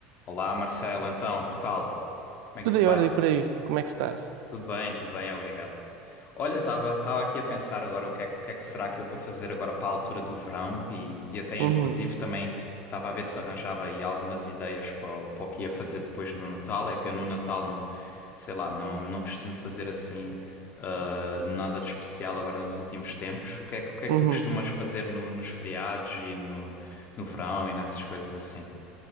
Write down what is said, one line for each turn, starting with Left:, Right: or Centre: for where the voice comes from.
Left: Olá Marcelo, então, que tal? Como é
Right: Tudo
Left: que isso
Right: em
Left: vai?
Right: ordem por aí, como é que estás?
Left: Tudo bem, tudo bem, obrigado. Olha, estava estava aqui a pensar agora o que é, que é que será que eu vou fazer agora para a altura do verão e, e até inclusive
Right: Uhum,
Left: também estava a ver se arranjava aí algumas ideias para, o- para o que ia fazer depois no Natal. É que eu no Natal não, sei lá, não, não costumo fazer assim ah, nada de especial agora nos últimos tempos. O que é, que o que é
Right: uhum.
Left: que tu costumas fazer no- nos feriados e no, no verão e nessas coisas assim?